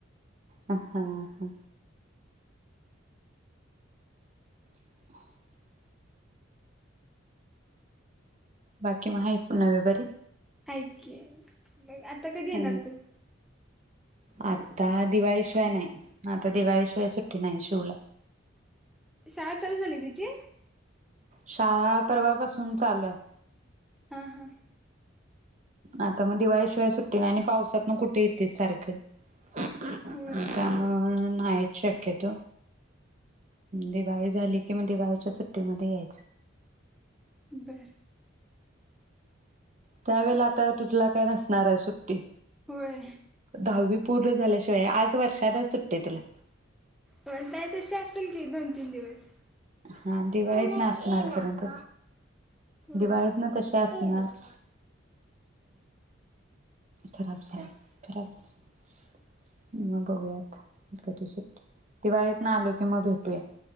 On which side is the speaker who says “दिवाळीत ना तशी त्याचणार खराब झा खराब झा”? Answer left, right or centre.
Right